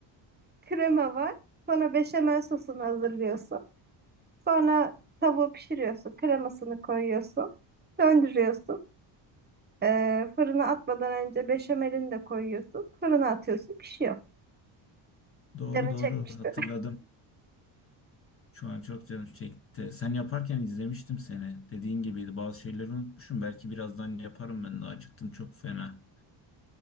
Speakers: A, on the right (about 20°); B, on the left (about 30°).
A: Krema var. Sonra beşamel sosunu hazırlıyorsun. Sonra tavuğu pişiriyorsun. Kremasını koyuyorsun. Döndürüyorsun. Ee, fırına atmadan önce beşamelini de koyuyorsun. Fırına atıyorsun. Pişiyor.
B: Doğru
A: Canın
B: doğru
A: çekmiştir.
B: hatırladım. Şu an çok canım çekti. Sen yaparken izlemiştim seni. Dediğin gibiydi. Bazı şeyleri unutmuşum. Belki birazdan yaparım ben de. Acıktım çok fena.